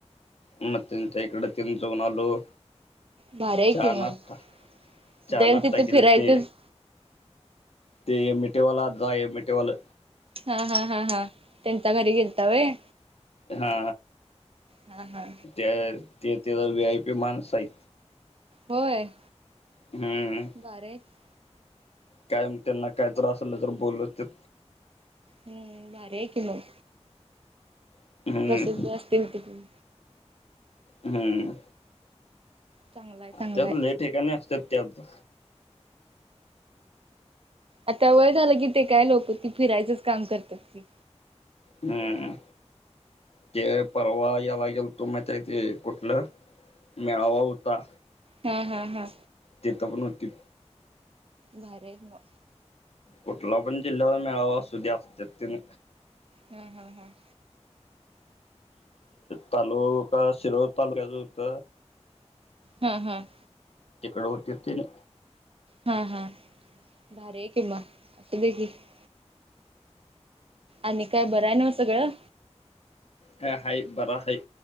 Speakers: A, on the left; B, on the right.
A: म त्यांच्या इकड तेन जाऊन आलो.
B: भारी आहे
A: चहा
B: की मग
A: नाष्टा- चहा
B: जाईल
A: नाष्टा
B: तिथं
A: केलते
B: फिरायचंच
A: ते एम ए टी वाल आज्जा एम ए टी वाल
B: हा- हा- हा- हा त्यांच्या घरी गेलता वय.
A: हा
B: हा हा
A: त्या ते त्यो वी आय पी माणस आहेत.
B: होय.
A: हम्म.
B: <unintelligible>
A: कायम त्यांना कायतर असलं तर बोलतेत.
B: हम्म. भारी आहे की मग.
A: हम्म
B: प्रसिद्ध असतील तिकडे.
A: हम्म.
B: चांगलाय चांगलाय
A: त्यात लय ठिकाणी असत्यात ते आज्जा.
B: आता वय झालं की ते काय लोकती फिरायचंच काम करतात की.
A: हम्म. ते परवा यला गेलतो माहितीय ते कुठलं? मेळावा होता.
B: हा- हा- हा.
A: तिथं पण होती.
B: भारी आहे म
A: कुठला पण जिल्ह्याचा मेळावा असूदे असत्यात ते.
B: हम्म - हम्म - हम्म.
A: तालुका शिरोळ तालुक्याच होत?
B: हम्म - हम्म.
A: तिकड होतीत तेनी.
B: हा - हा भारी आहे किंवा <unintelligible> आणि काय बरं हाय नव्ह सगळं?
A: हाय - हाय बरं हाय